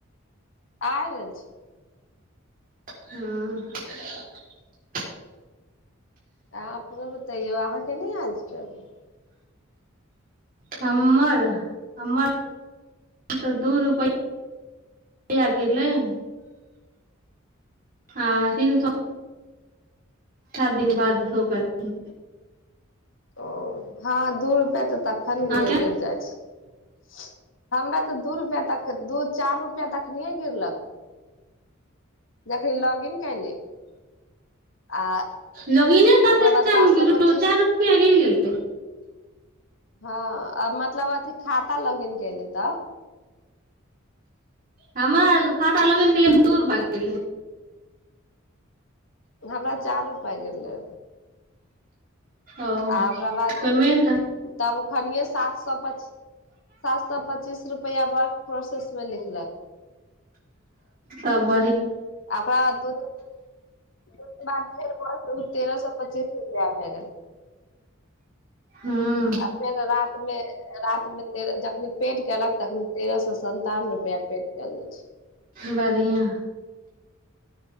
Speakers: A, on the left; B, on the right.
A: आ रहल छै
B: हँ
A: अऽ अपनो बतैयौ अहाँ के नहि आयल छलै अभी
B: हमर हमर तऽ दू रुपैआ रुपैआ किरलै हन हँ फर सात दिन बाद सो कर
A: ओ हँ दू रुपआ तऽ तखन
B: अहाँके
A: गिर जाइ छै हमरा तऽ दू रुपैआ तक दू चारि रुपैआ तक नहिए गिरलक जखनी लॉग इन कली आ
B: लॉगिने करते
A: ओकरा बादात
B: टाइम गिरलो
A: स पचस
B: चारि रुपआ गिर गेलै
A: ह मतलब अथि खाता लगे कलित
B: हमरार खाता लगेन केलै दू रुपैआ कै
A: हमरा चार पै गेल लै
B: ओ
A: आ ओकरा बाद
B: पेमेंट
A: तब ओ खन सात सए सात सए पच्चीस रुपैआ वर्क प्रोसेसमे लिखलक
B: त ब
A: अपरा दूध ओ बाद फेर ब ओ तेरह सए पच्चीस रुपआ भए गेल
B: हूँ
A: आ फेर रामे रातमे ते जखनी पेट कलक तखन तेरह सए सन्तावन रुपआ पेट कल जाो छै
B: बढ़िआँ